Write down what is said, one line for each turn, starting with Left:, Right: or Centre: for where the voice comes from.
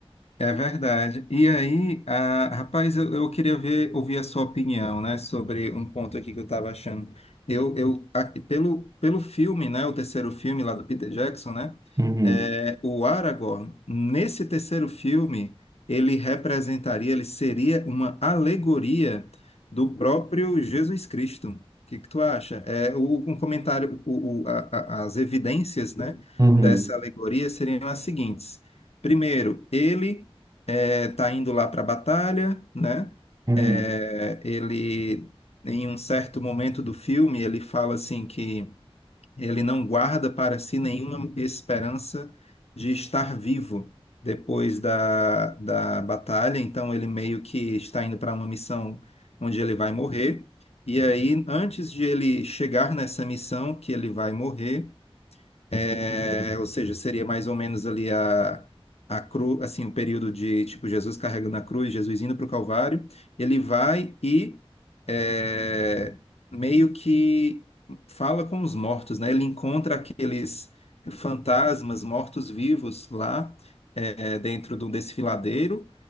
Left: É verdade. E aí, ah, rapaz, eu, eu queria ver, ouvir a sua opinião, né, sobre um ponto aqui que eu estava achando. Eu, eu a- pelo, pelo filme, né, o terceiro filme lá do Peter Jackson, né,
Right: Uhum.
Left: é, o Aragorn, nesse terceiro filme, ele representaria, ele seria uma alegoria do próprio Jesus Cristo. O que que tu acha? É, o, um comentário, o, o- a- a- as evidências, né,
Right: Uhum.
Left: dessa alegoria seriam as seguintes. Primeiro, ele é, tá indo lá para a batalha, né?
Right: Uhum.
Left: É, ele, em um certo momento do filme, ele fala assim que ele não guarda para si nenhuma esperança de estar vivo depois da, da batalha, então ele meio que está indo para uma missão onde ele vai morrer. E aí, antes de ele chegar nessa missão que ele vai morrer, é, ou seja, seria mais ou menos ali a, a cruz, assim, o período de, tipo, Jesus carregando a cruz, Jesus indo para o Calvário, ele vai e é, meio que fala com os mortos, né? Ele encontra aqueles fantasmas mortos-vivos lá é, dentro de um desfiladeiro